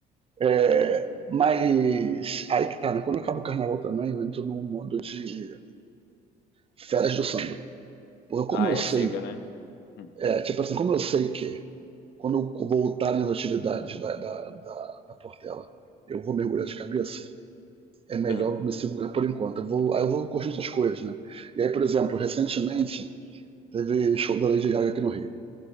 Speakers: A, on the right; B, on the left.
A: É,
B: Hum.
A: mas aí que tá, né? Quando acaba o carnaval também, eu entro num mundo de férias do samba. Porque
B: Ah,
A: como eu
B: é,
A: sei,
B: chega, né? Hum,
A: é, tipo assim, como eu sei que quando eu voltar nas atividades da, da, da, da Portela, eu vou mergulhar de cabeça, é melhor
B: Aham.
A: me segurar por enquanto. Eu vou, aí eu vou curtir outras coisas, né? E aí, por exemplo, recentemente teve show da Lady Gaga aqui no Rio.